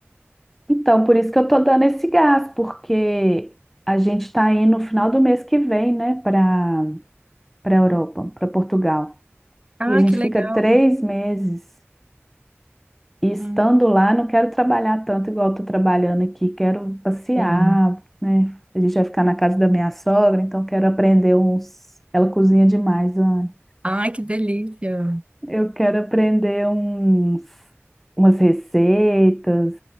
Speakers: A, in the centre; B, on the right (about 25°).
A: Então, por isso que eu tô dando esse gás, porque a gente tá indo no final do mês que vem, né, para para Europa, para Portugal.
B: Ah,
A: E a gente
B: que legal.
A: fica três meses. E estando
B: Hum,
A: lá, não quero trabalhar tanto igual estou trabalhando aqui, quero passear,
B: Sim.
A: né? A gente vai ficar na casa da minha sogra, então quero aprender uns. Ela cozinha demais, Ana.
B: Ai, que delícia.
A: Eu quero aprender uns... umas receitas.